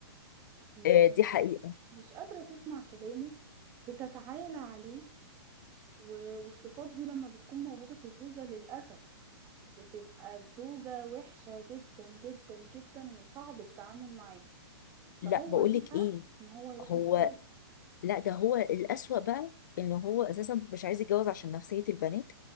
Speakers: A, on the right; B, on the left.
A: مش
B: آه دي حقيقه
A: مش قادرة تسمع كلامه بتتعالى عليه و- والصفات دي لما بتكون موجودة في الزوجة للأسف بتبقى الزوجة وحشة جدا جدا جدا وصعب التعامل معاها فهو
B: لا بقول
A: ليه
B: لك
A: حق
B: ايه
A: إن هو يروح
B: هو
A: يتجوز
B: لا ده هو الاسوأ بقى ان هو اساسا مش عايز يتجوز عشان نفسيه البنات